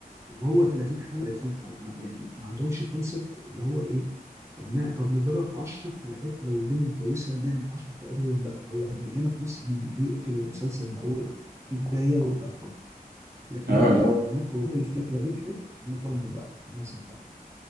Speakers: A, on the right (about 20°); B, on the right (about 75°).
A: وهو 30 حلقه 30 حلقه ما يعني ما عندهمش كونسبت اللي هو ايه إن- طب نجرب 10 حلقات لو الدنيا كويسه نعمل 10 حلقات غيرهم لا هو يعني هنا في مصر بي- بيقفل المسلسل من اوله لاخره في بدايه وقفله لكن
B: اه
A: هناك
B: اللي
A: لا
B: هو
A: هناك هو بيعمل الفكره نجحت بيكمل بقى مواسم تانيه